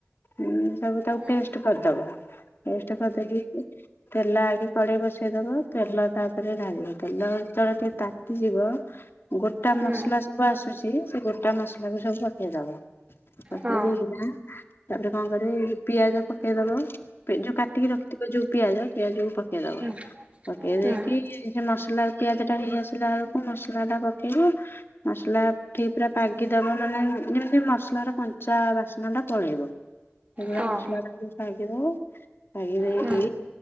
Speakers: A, on the left (about 60°); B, on the right (about 30°).
A: ଉଁ ସବୁ ତାକୁ
B: ହୁଁ
A: ପେଷ୍ଟ କରିଦେବ, ପେଷ୍ଟ କରିଦେଇକି ତେଲ ଆଗ ତଢେଇ ବସେଇ ଦବ ତେଲ ତାପରେ ଢାଳିବ ତେଲ ଯେତେଳେ ଟିକେ ତାତିଯିବ ଗୋଟା
B: ହୁଁ
A: ମସଲା ସବୁ ଆସୁଛି ସେ ଗୋଟା ମସଲା କୁ ସବୁ ପକେଇ ଦବ। ପକେଇ
B: ହଁ
A: ଦେଇ ନା ତାପରେ କଣ କରିବ ପିଆଜ ପକେଇଦବ। ଯୋଉ କାଟିକି ରଖିଥିବ ଯୋଉ ପିଆଜ ପିଆଜକୁ ପକେଇଦବ
B: ହୁଁ
A: ପକେଇ
B: ହୁଁ
A: ଦେଇକି ସେ ମସଲା ପିଆଜ ଟା ହେଇ ଆସିଲା ବେଳକୁ ମସଲା ଟା ପକେଇବ। ମସଲା ଫ୍ରି ପୁରା ପାଗିଦବ ମାନେ ଯେମିତି ମସଲାର କଞ୍ଚା ବାସ୍ନା ଟା ପଳେଇବ। ସେଇଭଳିଆ
B: ହଁ
A: ମସଲା ଟାକୁ ପଗିଦେବ ପଗିଦେଇକି
B: ହୁଁ